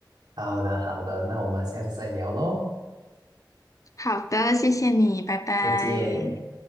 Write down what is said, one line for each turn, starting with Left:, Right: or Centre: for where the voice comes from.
Right: 好的，好的，那我们下次再聊喽，
Left: 好的，谢谢你，拜拜。
Right: 再见。